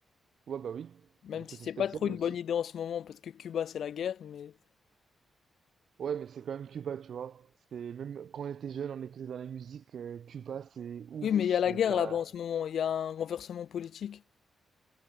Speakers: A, on the right (about 60°); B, on the left (about 75°).
A: Ouais, bah oui.
B: Même
A: Du coup,
B: si
A: c'est
B: c'est
A: spécial
B: pas trop une
A: aussi.
B: bonne idée en ce moment, parce que Cuba, c'est la guerre, mais.
A: Ouais, mais c'est quand même Cuba, tu vois. C'est même quand on était jeune, on écoutait dans la musique, euh, Cuba, c'est ouf.
B: Oui, mais il y
A: C'est
B: a la guerre
A: t'as-
B: là-bas en ce moment, il y a un renversement politique.